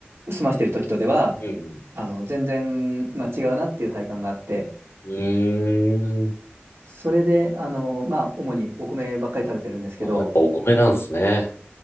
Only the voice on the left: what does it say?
うんうん
うーん。
あ、やっぱお米なんですね。